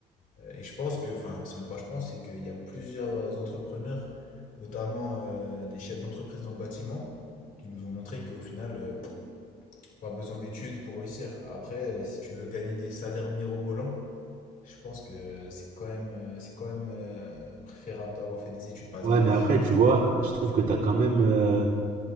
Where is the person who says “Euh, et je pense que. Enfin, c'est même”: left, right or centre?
Left